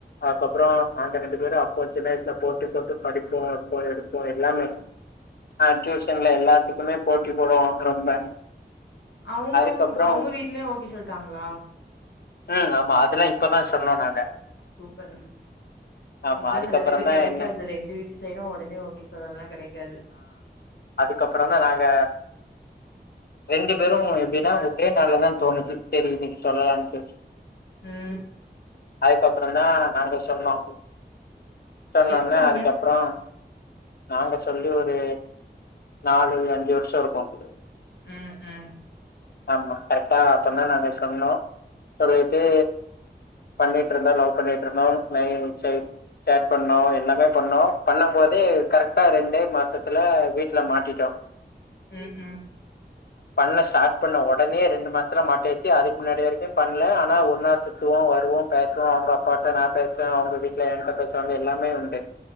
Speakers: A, on the left; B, on the left.
A: அதுக்கப்றோ நாங்க ரெண்டு பேரு அப்போ சின்ன வயசுல போட்டி போட்டு படிப்போ வப்போ எடுப்போ எல்லாமே
B: <inaudible>
A: ஆ டியூசன்ல எல்லாத்துக்குமே போட்டி போடுவோ ரொம்ப
B: அவ்ங்க
A: அதுக்கப்புறோ
B: வந் அவ்ங்க வீட்லயு ஓகே சொல்லிட்டாங்ளா
A: ம் ஆமா அதெல்லா இப்பதா சொன்னோ நாங்க
B: சூப்பர் ம்
A: ஆமா
B: இப்லா
A: அதுக்கப்புறந்தா
B: செல பேத்துக்கு கெடைக்காது
A: என்ன
B: ரெண்டு வீட்டு சைடு ஒடனே ஓகே சொல்றதுலா கெடைக்காது
A: அதுக்கப்றந்தா நாங்க ரெண்டு பேரு எப்டினா ஒரே நாள்ல தா தோணுச்சு செரி இன்னைக்கு சொல்லலான்ட்டு
B: ம்
A: அதுக்கப்றந்தா நாங்க சொன்னோ சொன்னோன
B: எப்ப சொன்னீங்க
A: அதுக்கப்றோ நாங்க சொல்லி ஒரு நாலு அஞ்சு வர்ஷ இருக்கு
B: ம் ம்
A: ஆமா கரெக்டா அப்பறந்தா நாங்க சொன்னோ சொல்லிட்டு பண்ணிட்ருந்தோ லவ் பண்ணிட்ருந்தோ நா எ சைட் சாட் பண்ணோ எல்லாமே பண்ணோ பண்ணம் போதே கரெக்டா ரெண்டே மாசத்துல வீட்ல மாட்டிட்டோ
B: ம் ம்
A: பண்ண ஸ்டார்ட் பண்ண ஒடனே ரெண்டு மா சத்துல மாட்டியாச்சு அதுக்கு முன்னாடி வரைக்கு பண்ல ஆனா ஒன்னா சுத்துவோ வருவோ பேசுவோ அவ்ங்க அப் ப்பாட்ட நா பேசுவே அவ்ங்க வீட்ல என்ட்ட பேசுவாங்க எல்லாமே உண்டு